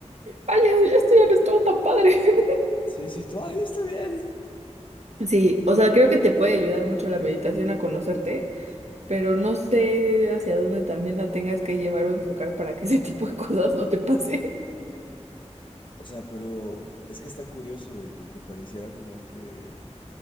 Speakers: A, on the right (about 70°); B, on the left (about 45°).
A: ay, ya esto ya no estuvo tan padre. <laughs>
B: Sí, sí, tú, ay, está bien.
A: Sí, o sea, creo que te puede ayudar mucho la meditación a conocerte, pero no sé hacia dónde también la tengas que llevar o enfocar para que ese tipo de cosas no te pase.
B: O sea, pero es que está curioso, güey, porque pareciera como que